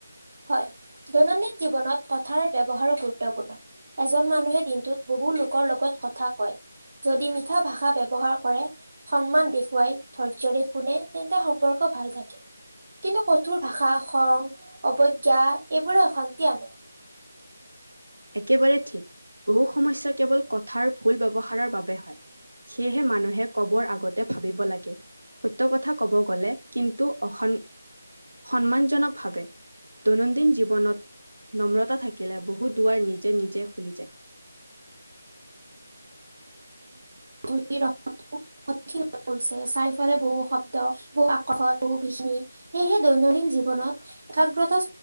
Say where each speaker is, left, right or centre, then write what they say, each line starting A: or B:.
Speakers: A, on the right; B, on the right.
A: হয় দৈনন্দিন জীৱনত কথাৰ ব্যৱহাৰো গুৰুত্বপূৰ্ণ। এজন মানুহে দিনটোত বহু লোকৰ লগত কথা কয়। যদি মিঠা ভাষা ব্যবহাৰ কৰে। সন্মান দেখুৱাই ধৈৰ্যৰে শুনে তেন্তে সম্পৰ্ক ভাল থাকে। কিন্তু কঠোৰ ভাষা খ অৱজ্ঞা এইবোৰে অশান্তি আনে।
B: একেবাৰে ঠিক বহু সমস্যা কেৱল কথাৰ ভুল ব্যৱহাৰ বাবে হয়। সেয়েহে মানুহে কবৰ আগতে ভাবিব লাগে। সত্য কথা ক'ব গ'লে কিন্তু অস সন্মানজনক ভাৱে দৈনন্দিন জীৱনত নম্ৰতা থাকিলে বহুত দুৱাৰ নিজে নিজে খুলি যায়।
A: মই ধৰি ৰখ কঠি হৈ পৰিছে চাৰিওফালে বহু শব্দ, বহু আকৰ্ষণ, বহু বিশমিয়। সেহে দৈনন্দিন জীৱনত একাগ্ৰতা